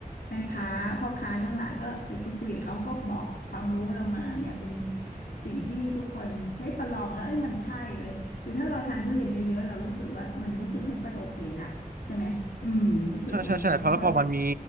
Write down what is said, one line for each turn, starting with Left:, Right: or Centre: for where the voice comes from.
Left: แม่ค้าพ่อค้าทั้งหลายก็ไปคุยคุยกับเขาก็บอกความรู้เรามาเนี่ยเป็นสิ่งที่ทุกคนเฮ้ยพอลองแล้วเอ้ยมันใช่เลยคือถ้าเราทานทุเรียนเยอะๆเรารู้สึกว่ามันรู้สึกไม่ค่อยโอเคละใช่ไหมอืมรู้สึกมันไม่ค่อยโอเค
Right: ใช่ใช่ใช่เพราะแล้วพอมันมี